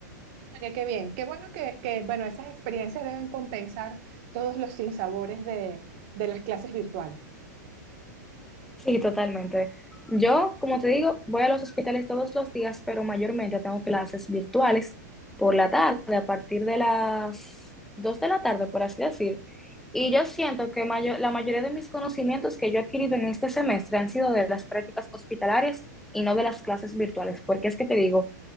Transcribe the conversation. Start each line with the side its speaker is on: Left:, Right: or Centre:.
Right: Oye, qué bien, qué bueno que, que, bueno, esas experiencias deben compensar todos los sinsabores de, de las clases virtuales.
Centre: Sí, totalmente. Yo, como
Right: Sí.
Centre: te digo, voy a los hospitales todos los días, pero mayormente tengo clases virtuales por la tarde, a partir de las 2 de la tarde, por así decir. Y yo siento que mayo- la mayoría de mis conocimientos que yo he adquirido en este semestre han sido de las prácticas hospitalarias y no de las clases virtuales, porque es que te digo,